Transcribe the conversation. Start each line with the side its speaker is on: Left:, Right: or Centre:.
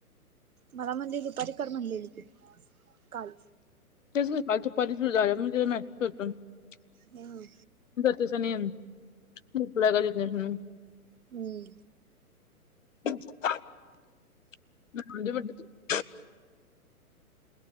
Right: मला म्हणली दुपारी कर म्हणलेली की काल.
Left: मेसेज होतून <unintelligible>
Right: हुम
Left: तुझ नेम रिप्लाय का देत नाहीस म्हणून
Right: हम्म
Left: <unintelligible>